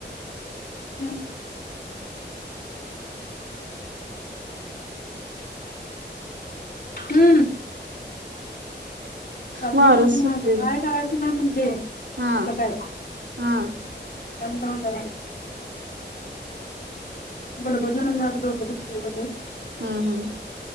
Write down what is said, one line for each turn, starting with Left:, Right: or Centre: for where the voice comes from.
Left: ह हम् रात्री
Right: वारच
Left: घे म्हत
Right: सुटले
Left: काय
Right: बघ
Left: करायचं नाही म्हणले असलं
Right: हा
Left: काय.
Right: हा
Left: सर बडेे वधया मज आचे लोक दिुखे बले
Right: हम्म हम्